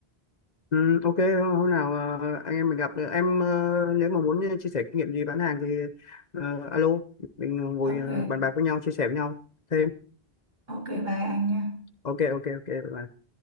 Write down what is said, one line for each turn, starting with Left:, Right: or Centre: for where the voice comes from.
Left: Ừ, ok hôm nào ờ, anh em mình gặp được em ờ, nếu mà muốn chia sẻ kinh nghiệm gì bán hàng thì ờ, alo mình ngồi
Right: ok
Left: ờ, bàn bạc với nhau chia sẻ với nhau thêm
Right: ok bye anh nha
Left: ok ok ok bye bye.